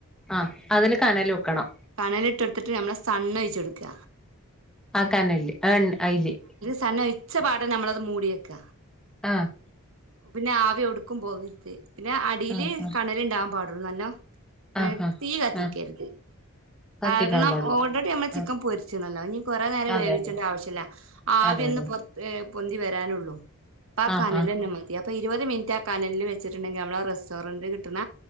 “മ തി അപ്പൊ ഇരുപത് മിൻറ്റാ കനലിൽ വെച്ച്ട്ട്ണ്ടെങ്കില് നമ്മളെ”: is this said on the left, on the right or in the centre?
Right